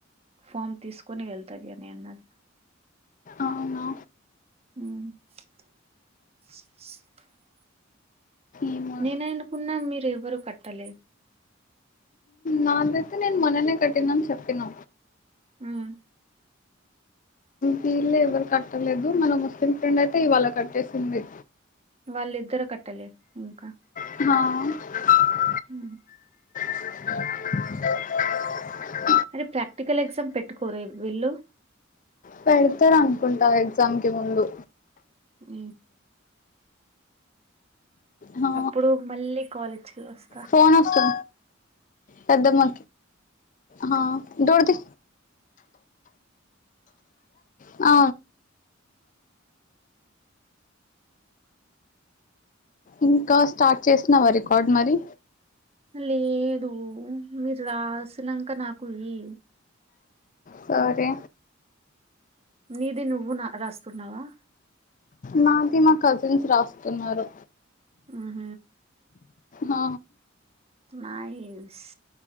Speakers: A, on the right (about 30°); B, on the left (about 40°).
A: ఫామ్ తీసుకుని వెళ్తాంది అని అన్నారు
B: అవునా
A: <unintelligible>
B: ఏమో
A: నేననుకున్నా మీరు ఎవరు కట్టలేదు
B: నాదైతే నేను మొననే కట్టిందని చెప్పినా
A: మ్
B: వీళ్ళ ఎవరు కట్టలేదు మన ముస్లిం ఫ్రెండ్ అయితే ఇవాళ కట్టేసింది
A: వాళ్ళిద్దరు కట్టలేరు ఇంకా
B: న
A: హ
B: <inaudible>
A: అది ప్రాక్టికల్ ఎగ్జామ్ పెట్టుకోరే వీళ్ళు
B: పెడతారు అనుకుంటా ఎగ్జామ్ కి ముందు
A: ఉ
B: హా,
A: అప్పుడు మళ్ళీ కాలేజ్కి వస్తా
B: ఫోన్ వస్తా పెద్దమ్మ హా డోర్ ది అ ఇంకా స్టార్ట్ చేసినవా రికార్డ్ మరి
A: లేదు మీరు రాసినక నాకు ఇ
B: సోరే
A: నీది నువ్వు రాస్తున్నావా
B: నాది మా కజిన్స్ రాస్తున్నారు
A: ఆహా
B: ఆ
A: నైస్